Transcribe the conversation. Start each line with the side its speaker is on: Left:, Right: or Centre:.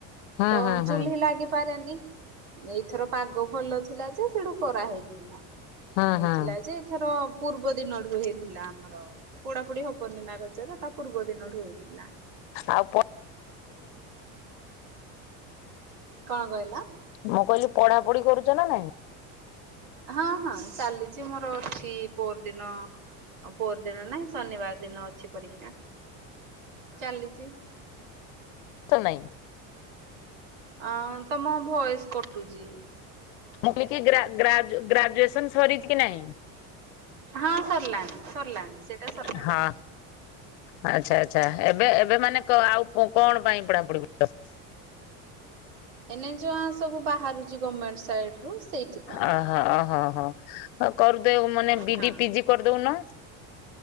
Left: ହୁଁ
Right: ତ
Left: ହୁଁ ହୁଁ
Right: ଚୁ୍ଲି
Left: ହୁଁ ହୁଁ
Right: ଲାଗିପାରେନି ଏଇଥର ପାଗ ଭଲ ଥିଲା ଯେ ସେଠୁ କରାହେଇଥିଲା ହେଇଥିଲା
Left: ହୁଁ ହୁଁ
Right: ଯେ ଏଥର ପୂର୍ବ ଦିନଠୁ ହେଇଥିଲା ଆମର ପୋଡାପୋଡି ହବନି ନା ରଜରେ ତା ପୂର୍ବ ଦିନଠୁ ହେଇଥିଲା।
Left: ଆଉ
Right: କଣ କହିଲ?
Left: ମୁଁ କହିଲି ପଢା ପଢି କରୁଛ ନା ନାଇଁ।
Right: ହଁ ହଁ ଚାଲିଛି ମୋର ଅଛି ପୋର ଦିନ ଆଉ ପୋର ଦିନ ନାହିଁ ଶନିବାର ଦିନ ଅଛି ପରୀକ୍ଷା ଚାଲିଛି।
Left: ନାଇଁ।
Right: ଅ ତମ ଭଏସ୍ କଟୁଚି।
Left: ମୁଁଲ କି ଗ ଗ ଗ୍ରେଜୁଏସନ୍ ସରିଛି? କି ନାହିଁ?
Right: ହଁ ସରିଲାଣି ସରିଲାଣି। ସେଇଟା ସରିଲାଣି
Left: ହଁ ଆଚ୍ଛା ଆଚ୍ଛା ଏବେ ଏବେ ମାନେ ଆଉ କଣ ପାଇ ପଢା ପୁଡି କରୁଛି?
Right: ଏନେ ଯୋଆ ସବୁ ବାହାରୁଛି ଗମେଣ୍ଟ ସାଇଡ ରୁ ସେଇଥିପାଇଁ।
Left: ଅହୋ ଅହ ହୋ କରଦଉ ମାନେ ବି
Right: ହଁ।
Left: ଡି ପିଜି କରିଦଉନ।